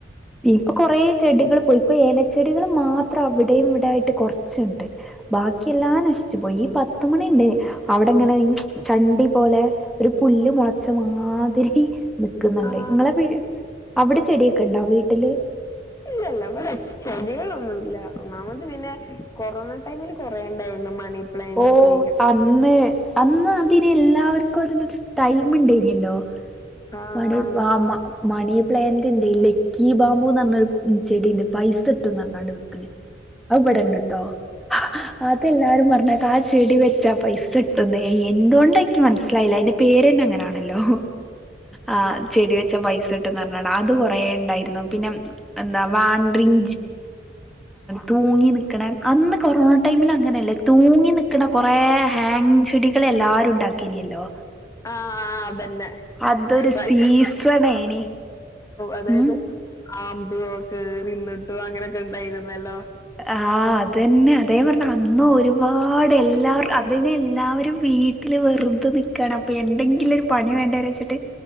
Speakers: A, in the centre; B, on the left.
A: ഇൻക്ക് കൊറേ ചെടികള് ഇപ്പൊ എലച്ചെടികള് മാത്ര്- അത്ര അവിടെയും ഇവിടെആയിട്ട് കൊറച്ച്ണ്ട് ബാക്കിയെല്ലാം നശിച്ചു പോയീ പത്തുമണിണ്ട് അവ്ടെങ്ങനെ ഈ ചണ്ടി പോലെ ഒരു പുല്ല് മുളച്ച മാതിരി നിക്ക്ന്ന്ണ്ട്
B: ആഹ്
A: ഇങ്ങളെ പീട് അവ്ടെ ചെടിയൊക്കെണ്ടോ വീട്ട് ട്ടില്
B: ഇല്ലല്ല ഇവടെ ചെടികളൊന്നുല്ല ഒന്നാമത് പിന്നെ കൊറോണ ടൈമില് കൊറേ ണ്ടായിരുന്നു മണിപ്ലാൻ്റ്
A: ഓ
B: ഒക്കെ ഒഴ്കെ
A: അന്ന് അന്ന് അതിന് എല്ലാവർക്കും ഒരു ടൈം ഇണ്ടേന്യല്ലോ
B: ആഹ്
A: മണീആ മ മണീപ്ലാൻ്റ് ഇണ്ടേല്ലേ കീ ബാമ്പൂന്നർഞ്ഞൊരു ചെടിണ്ട് പൈസ ഇട്ടുംന്നർഞ്ഞാണ്ട് വെക്ക്ണെ അഅ്ഇബടണ്ട്ട്ടോ അതെല്ലാവാരും പറഞ്ഞേക്ക ആ ചെടി വെച്ചാ പൈസ ഇട്ടുന്ന് എന്തൊണ്ട നിക്ക് മനസ്സിലായില്ല അയിന്റെ പേരന്നെ അങ്ങനെയാണല്ലോ ആ ചെടി വെച്ച പൈസ ഇട്ട്ന്ന് പറഞ്ഞ അത് കൊറേ ഉണ്ടായിരുന്നു പിന്നെ എന്താ വാൻ്രിൻ തൂങ്ങി നിക്കണ അന്ന് കൊറോണ ടൈമിൽ അങ്ങനെയല്ലേ തൂങ്ങി നിക്കണ കൊറെേ ഹാങ് ചെടികൾ എല്ലാരും ഉണ്ടാക്കീനല്ലോ
B: ആ ആ അതന്നെ
A: അതൊരു
B: വൈ
A: സീസണേനി
B: അതായത്
A: ഉം
B: ആമ്പ ഒൽക്കെ തിന്നിട്ടു അങ്ങനെയൊക്കെ ഉണ്ടായിരുന്നല്ലോ
A: ആ അതന്നെ അതെ പറഞ്ഞെ അന്ന് ഒരുപാട് എല്ലാവരും വീട്ടിൽ വെരുതേ നിക്കാണ് എന്നകിലു ഒരു പണിവേണ്ടേ തുട്ട്